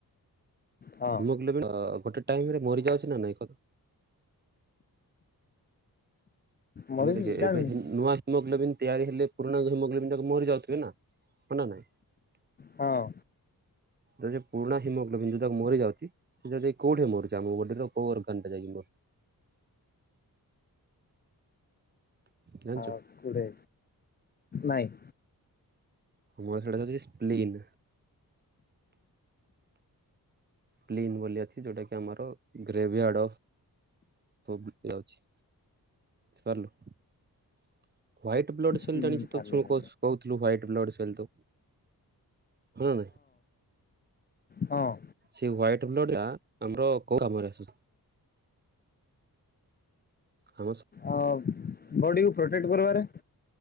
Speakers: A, on the left; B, on the right.
A: ହଁ
B: ହିମୋଗ୍ଲୋବିନ୍ ଅଁ ଗୋଟେ ଟାଇମରେ ମରିଯାଉଛି ନା ନାଇଁ କ
A: ମରିଚି
B: <unintelligible> କି
A: ଜାଣିନି
B: ଏବେ ହିଁ ନୂଆ ହିମୋଗ୍ଲୋବିନ୍ ତିଆରି ହେଲେ ପରୁଣା ହୋମୋଗ୍ଲୋବିନଟା ମରି ଯାଉଥିବ ନା। ହଁ ନା ନାଇଁ।
A: ହଁ
B: ଏ ଯୋଉ ପୁରୁଣା ହିମୋଗ୍ଲୋବିନ୍ ଯୋଉ ତାକୁ ମରି ଯାଉଚି। ସେ ଯଦି କୋଉଠି ମରୁଛି ଆମ ବଡିର କୋଉ ଅର୍ ଗାନଟା ମ ଜାଣିଚ
A: କୋଉଠି ନାଇଁ।
B: ମୋର ସେଇଟା ଯାଉଛି ସ୍ପ୍ଲିନ୍। ପ୍ଲିନ୍ ବୋଲି ଅଛି ଯୋଉଟା କି ଆମର ଗ୍ରେଭିଆଡଭ୍ ପୋବେ ଯାଉଛି। ସଲ୍ ହ୍ୱାଇଟ୍ ବ୍ଲଡ଼ ସେଲ୍
A: ହୁଁ
B: ଜାଣିଛି
A: ପାରିଲିନି
B: ତ ସବୁ କହୁଚୁ କହୁଥିଲୁ ହ୍ୱାଇଟ୍ ବ୍ଲଡ଼ ସେଲ୍ ତୁ। ହଁ
A: ହଁ
B: ସେଇ ହ୍ୱାଇଟ୍ ବ୍ଲଡ଼ଟା ଆମର କୋଉ କାମରେ ଆସେ? ଖାମୋସ୍
A: ଅବ୍ ବଡ଼ିକୁ ପ୍ରୋଟେକ୍ଟ୍ କରିବାରେ